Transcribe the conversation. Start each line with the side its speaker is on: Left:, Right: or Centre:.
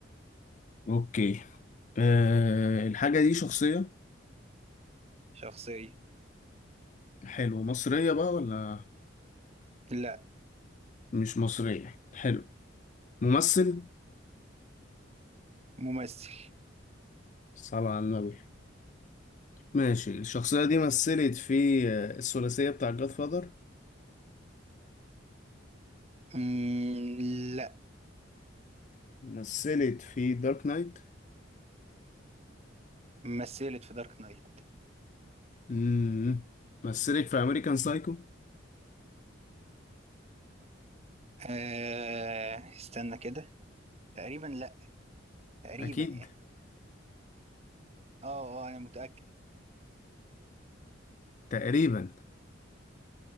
Left: اوكي أه الحاجة دي شخصية
Right: شخصية
Left: حلو مصرية بقى ولا
Right: لا
Left: مش مصرية حلو ممثل
Right: ممثل
Left: صلى على النبي ماشي الشخصية دي مثلت في آه، الثلاثية بتاع جاد فاذر
Right: مم، لا
Left: مثلت في دارك نايت
Right: مثلت في دارك نايت
Left: مم. مثلت في أمريكان سايكو
Right: آه استنى كده تقريبا لا تقريبا
Left: أكيد
Right: يعني اه اه انا متأكد
Left: تقريبا